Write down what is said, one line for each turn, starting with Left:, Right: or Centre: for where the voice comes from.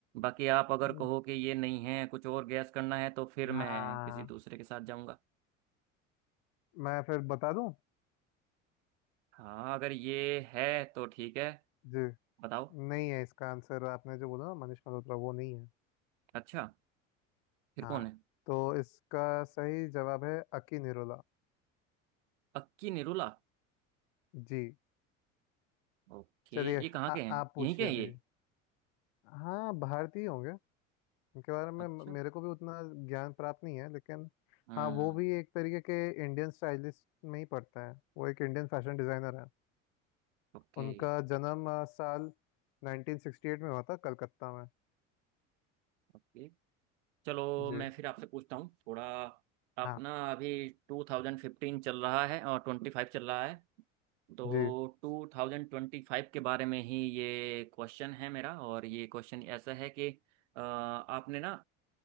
Right: बाकी आप अगर
Left: हम्म,
Right: कहो कि ये नहीं है कुछ और गैस करना है तो फिर
Left: हाँ
Right: मैं किसी दूसरे के साथ जाऊंगा
Left: मैं फिर बता दूं
Right: हाँ अगर ये है तो ठीक है
Left: जी
Right: बताओ
Left: नहीं है इसका आंसर आपने जो बोला ना मनीष मल्होत्रा वो नहीं है
Right: अच्छा फिर
Left: हाँ
Right: कौन है
Left: तो इसका सही जवाब है अकी निरोला
Right: अक्की निरुला
Left: जी
Right: ओके
Left: चलिए
Right: ये कहाँ
Left: आ-
Right: के हैं
Left: आप पूछिए
Right: यहीं के हैं
Left: अभी
Right: ये
Left: हाँ भारतीय होंगे उनके बारे में
Right: अच्छा
Left: म- मेरे को भी उतना ज्ञान प्राप्त नहीं है लेकिन
Right: हम्म
Left: हाँ वो भी एक तरीके के इंडियन स्टाइलिस्ट में ही पड़ता है वो एक इंडियन फैशन डिजाइनर है
Right: ओके
Left: उनका जन्म अ, साल 1968 में हुआ था कलकत्ता में
Right: ओके चलो
Left: जी
Right: मैं फिर आपसे पूछता हूँ थोड़ा आप
Left: हाँ
Right: ना अभी टू थाउजेंड फिफ्टीन चल रहा है और ट्वेंटी फाइव चल रहा है तो
Left: जी
Right: टू थाउजेंड ट्वेंटी फाइव के बारे में ही ये क्वेश्चन है मेरा और ये क्वेश्चन ऐसा है कि अ, आपने ना